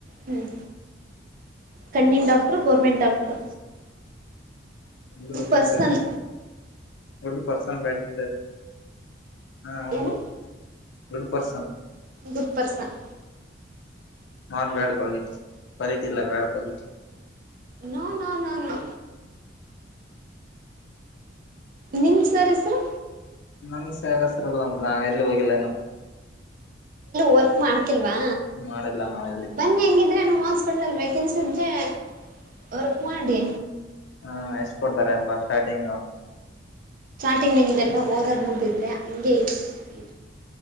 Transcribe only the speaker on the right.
ಹ್ಮ್ ಕಣ್ಣಿನ ಡಾಕ್ಟಟ್ರು ಗೋರ್ಮೆಂಟ್ ಡಾಕ್ಟರು
ಪರ್ಸನ್
ಏನು
ಗುಡ್ ಪರ್ಸನ್
ಹ್ಮ್
no no no no ನಿಮ ಸರ್ ಹೆಸರು
ವರ್ಕ್ ಮಾಡ್ತಿಲ್ವಾ
ಬನ್ನಿ ಹೆಂಗಿದ್ರೆ ಹಾಸ್ಪಿಟಲಲ್ಲಿ ವೇಕೆನ್ಸಿ ಇದ್ರೆ ವರ್ಕ್ ಮಾಡಿ
ಟಿಂಗ್ ನಿಿಂದೆಲ್ಲ ಓದಾಡ್ ಮುಗಬಟ್ರೆ ಹಂಗೆ ಇ